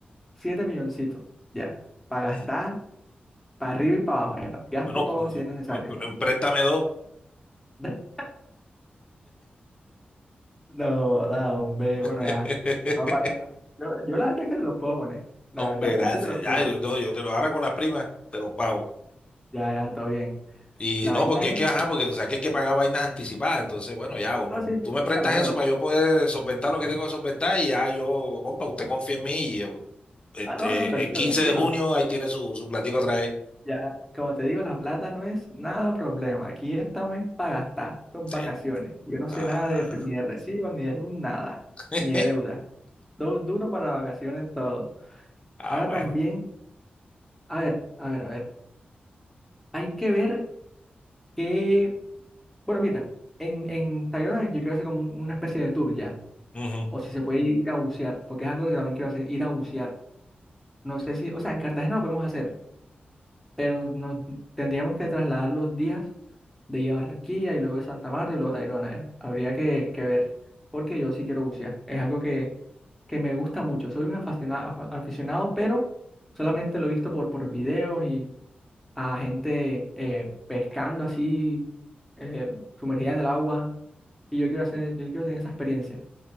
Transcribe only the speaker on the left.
<laughs>
Bueno,
m-
m- préstame dos.
<laughs>
Hombre,
gracias.
Ya,
yo, no, yo te lo ahora con las primas, te lo pago.
Y
no,
porque
es que, ajá, porque tú sabes que hay que pagar vainas anticipadas. Entonces, bueno, ya uno,
tú me
prestas
eso para yo poder solventar lo que tengo que solventar y ya yo, compa, usted confía en mí y yo, este,
el 15
de junio ahí tiene su, su platico otra vez.
Eh,
ah,
<laughs>
ah,
bueno.
Ujú.